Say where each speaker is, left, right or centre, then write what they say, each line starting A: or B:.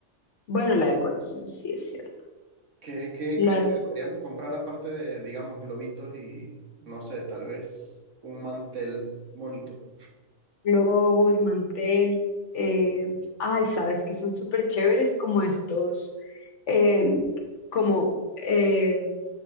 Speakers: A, on the left; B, on the right.
A: Bueno, la decoración, sí es cierto.
B: ¿Qué, qué
A: La
B: crees
A: decoración.
B: que deberíamos comprar aparte de, digamos, globitos y, no sé, tal vez un mantel bonito?
A: globos, mantel. eh, ay, sabes que son súper chéveres como estos, eh, como eh,